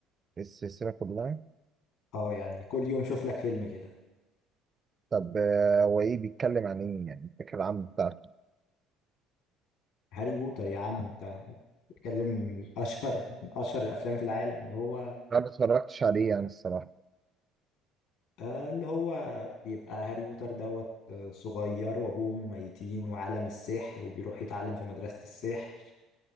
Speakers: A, on the right; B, on the left.
A: السلسله كلها
B: اه يعني كل يوم شوف لك فيلم كده
A: طب آه، هو ايه بيتكلم عن ايه يعني الفكره العامه بتاعته
B: هاري بوتر يا عم انت بتتكلم من اشهر من اشهر الافلام في العالم اللي هو
A: انا ما اتفرجتش عليه يعني الصراحه
B: آه اللي هو بيبقى هاري بوتر دوت آه، صغير وابوه ميتين وعالم السحر وبيروح يتعلم في مدرسة السحر